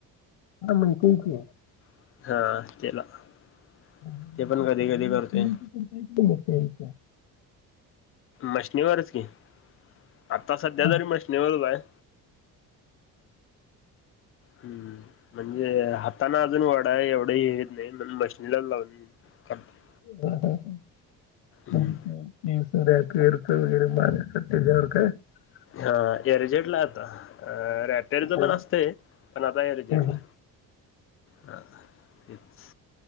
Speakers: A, on the left (about 60°); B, on the left (about 30°).
A: <unintelligible>
B: <unintelligible>
A: हा
B: ते पण
A: साध
B: कधी कधी करतोय
A: मशनी वर पण म
B: मशनीवरच कि आता सध्या
A: हा.
B: तरी मशनीवरच आहे. हम्म म म्हणजे हाताने अजून वडा आहे एवढं हेेत नाही म्हण मशनीला लावून करतोय
A: <unintelligible>
B: हम्म
A: <unintelligible>
B: हा येरे जटला आता अ रॅपरीच
A: बरं.
B: पण असते पण आता हे रिजेटला
A: हं, हं.
B: हाच